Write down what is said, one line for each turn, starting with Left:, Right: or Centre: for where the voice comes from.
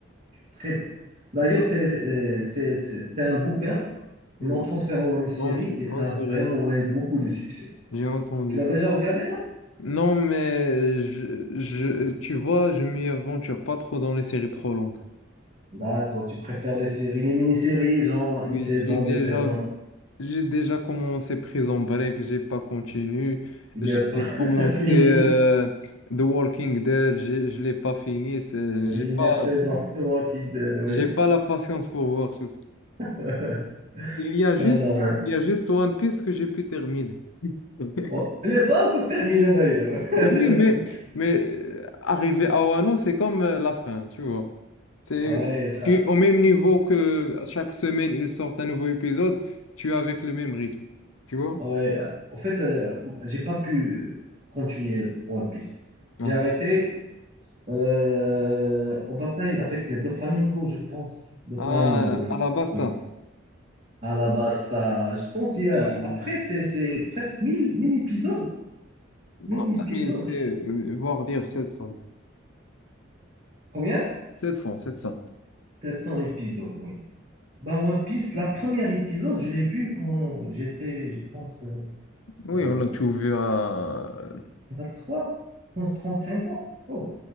Right: Très bon. D'ailleurs, c'est euh, c'est- c'est- c'était un bouquin,
Left: long.
Right: ils l'ont transféré en une série
Left: Non,
Right: et ça
Left: en série,
Right: a vraiment eu beaucoup de succès.
Left: j'ai entendu
Right: Tu l'as
Left: ça.
Right: déjà regardé, non?
Left: Non, mais je, je, tu vois, je m'y aventure pas trop dans les séries trop longues.
Right: D'accord, tu préfères les séries, les mini-séries, genre
Left: Oui,
Right: une saison,
Left: j'ai déjà,
Right: deux saisons.
Left: j'ai déjà commencé Prison Break, j'ai pas continué.
Right: Il
Left: J'ai
Right: n'est pas <laughs>
Left: commencé
Right: fini.
Left: euh, The Walking Dead, j'ai- je l'ai pas fini. c'est-
Right: Oui,
Left: J'ai pas,
Right: neuf saisons sur Walking Dead, oui.
Left: J'ai pas la patience pour voir tout ça.
Right: <laughs>
Left: Il y a juste,
Right: Non, non, non.
Left: il y a juste One Piece que j'ai pu terminer. <laughs>
Right: Bon, il n'est pas encore terminé d'ailleurs. <laughs>
Left: Oui, mais, mais euh, arriver à Wano, c'est comme euh, la fin, tu vois. C'est
Right: Ouais, ça.
Left: tu- au même niveau que chaque semaine, ils sortent un nouveau épisode, tu es avec le même rythme, tu vois.
Right: Ouais. En fait, euh, j'ai pas pu continuer One Piece.
Left: Non,
Right: J'ai arrêté
Left: c'est-
Right: Euh, en bataille avec deux flamingos, je pense. Deux
Left: à,
Right: flamingos, oui.
Left: à la basta.
Right: Oui. À la vasta Je pense qu'il y a...
Left: Oui.
Right: Après, c'est c'est presque mille mille épisodes. mille
Left: Non,
Right: épisodes.
Left: 1000, c'est
Right: je-
Left: euh, voire dire 700.
Right: Combien?
Left: 700, 700.
Right: sept cents épisodes, oui. Ben, One Piece, la première épisode, je l'ai vu quand j'étais, je pense,
Left: Oui,
Right: euh,
Left: on l'a trouvé à... <laughs>
Right: trois je pense cinq ans. Oh,